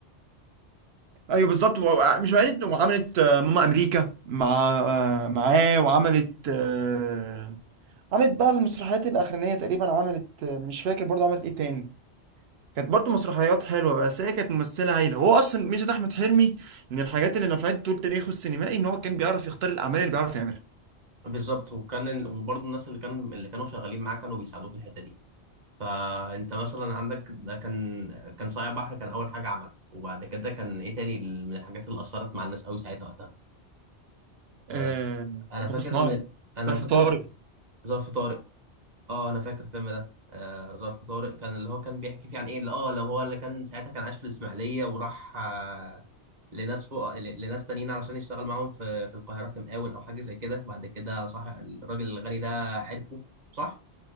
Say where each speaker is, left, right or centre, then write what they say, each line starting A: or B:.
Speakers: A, on the right (about 70°); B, on the right (about 40°).
A: ايوه بالظبط و- آه، مش وقعت وعملت آه، ماما امريكا مع آه، معاه وعملت آه، عملت بقى المسرحيات الاخرانيه تقريبا عملت آه، مش فاكر برضه عملت ايه تاني كانت برضه مسرحيات حلوه بس هي كانت ممثله هايله هو اصلا ميزه احمد حلمي من الحاجات اللي نفعت طول تاريخه السينمائي ان هو كان بيعرف يختار الاعمال اللي بيعرف يعملها
B: بالظبط وكان ال- وبرضه الناس اللي كان اللي كانوا شغالين معاه كانوا بيساعدوه في الحته دي فانت مثلا عندك ده كان كان صايع بحر كان اول حاجه عملها وبعد كده كان ايه تاني من الحاجات اللي اثرت مع الناس قوي ساعتها وقتها آه،
A: آه،
B: انا
A: مطب
B: فاكر
A: صناعي
B: من انا
A: ظرف
B: فاكر
A: طارق
B: ظرف طارق اه انا فاكر الفيلم ده آه، ظرف طارق كان اللي هو كان بيحكي فيه عن ايه اللي اه اللي هو اللي كان ساعتها كان عايش في الاسماعيليه وراح آه، لناس فوق ل- لناس تانيين علشان يشتغل معاهم في في القاهره كمقاول او حاجه زي كده بعد كده صح الراجل الغني ده عرفه صح